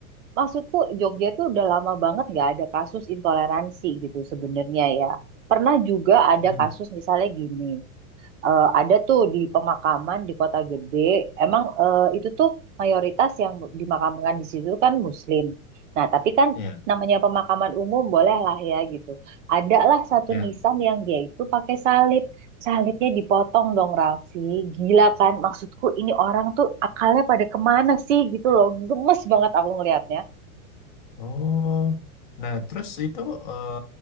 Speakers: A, on the right; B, on the left.
A: Maksudku Jogja tuh udah lama banget nggak ada kasus intoleransi gitu sebenarnya ya. Pernah juga ada
B: Hmm.
A: kasus misalnya gini. Eh, ada tuh di pemakaman di kota gede. Emang eh, itu tuh mayoritas yang dimakamkan di situ kan Muslim. Nah, tapi kan
B: Iya,
A: namanya pemakaman umum boleh lah ya gitu. Ada lah satu
B: iya.
A: nisan yang dia itu pakai salib. Salibnya dipotong dong Raffi. Gila kan? Maksudku ini orang tuh akalnya pada kemana sih gitu loh. Gemes banget aku ngelihatnya.
B: Oh, nah terus itu eh,